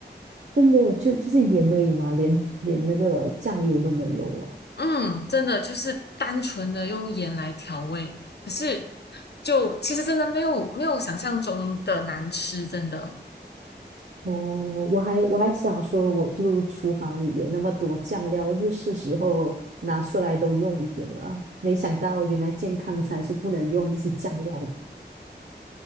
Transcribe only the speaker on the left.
嗯，真的就是单纯的用盐来调味，可是就其实真的没有没有想象中的难吃，真的。